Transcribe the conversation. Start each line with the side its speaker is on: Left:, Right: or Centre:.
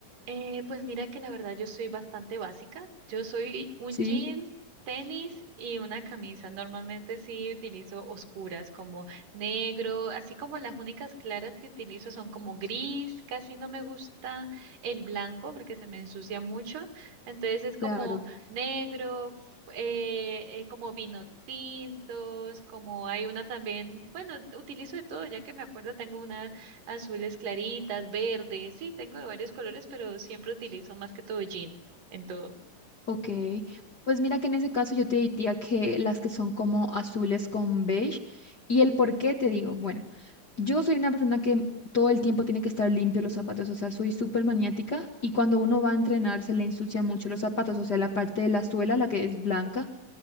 Right: Eh, pues mira que la verdad yo soy bastante básica. Yo soy un
Left: Sí,
Right: jean, tenis y una camisa. Normalmente sí utilizo oscuras como negro, así como las únicas claras que utilizo son como gris. Casi no me gusta el blanco porque se me ensucia mucho. Entonces es como
Left: claro.
Right: negro, f- eh, eh, como vino tintos, como hay una también, bueno, utilizo de todo, ya que me acuerdo tengo una azules claritas, verdes, sí, tengo de varios colores, pero siempre utilizo más que todo jean en todo.
Left: Ok, pues mira que en ese caso yo te diría que las que son como azules con beige. ¿Y el por qué te digo? Bueno, yo soy una persona que todo el tiempo tiene que estar limpio los zapatos, o sea, soy súper maniática y cuando uno va a entrenar se le ensucia mucho los zapatos, o sea, la parte de la suela, la que es blanca,